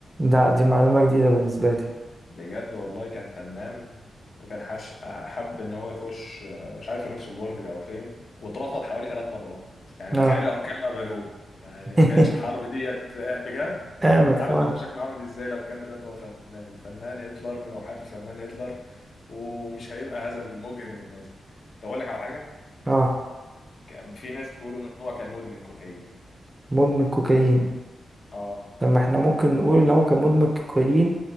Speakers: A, on the right; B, on the left.
A: ده دي معلومة جديدة بالنسبة لي
B: بجد والله كان فنان وكان حش حب ان هو يخش آه، مش عارف لوكسمبورج او فين واترفض حوالي ثلاث مرات يعني تخيل
A: اه
B: لو كانوا قبلوه يعني
A: <laughs>
B: ما كانش الحرب ديت بجد
A: قامت
B: كان العالم
A: خلاص
B: هيبقى شكله عامل ازاي لو كان دلوقتي هو فنان الفنان هتلر ولوحات الفنان هتلر ومش هيبقى هذا المجرم النازي طب اقول لك على حاجه
A: اه
B: ك- في ناس بيقولوا ان هو كان مدمن كوكايين
A: مدمن كوكايين
B: اه
A: طب ما احنا ممكن نقول ان هو كان مدمن كوكايين